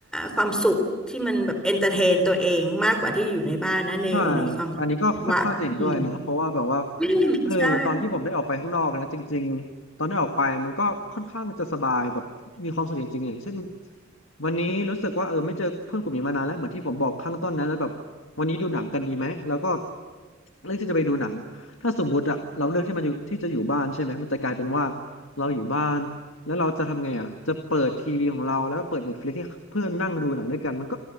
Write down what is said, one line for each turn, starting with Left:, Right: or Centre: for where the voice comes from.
Centre: ความสุขที่มันแบบเอนเตอร์เทนตัวเองมากกว่าที่อยู่ในบ้านนะในในความคิด
Left: ใช่อันนี้ก็ค่อนข้างจะเห็นด้วยนะเพราะว่าแบบว่า
Centre: ที่อืมใช่
Left: เออตอนที่ผมได้ออกไปข้างนอกนะจริงๆตอนได้ออกไปมันก็ค่อนข้างจะสบายแบบมีความสุขจริงๆอย่างเช่นวันนี้รู้สึกว่าเออไม่เจอเพื่อนกลุ่มนี้มานานแล้วเหมือนที่ผมบอกข้างต้นนะแล้วแบบวันนี้ดูหนังกันดีไหมแล้วก็เลือกที่จะไปดูหนังถ้าสมมุติอะเราเลือกที่มันอยู่ที่จะอยู่บ้านใช่ไหมมันจะกลายเป็นว่าเราอยู่บ้าน แล้วเราจะทำไงอ่ะจะเปิดทีวีของเราแล้วก็เปิด Netflix ให้เพื่อนนั่งดูหนังด้วยกันมันก็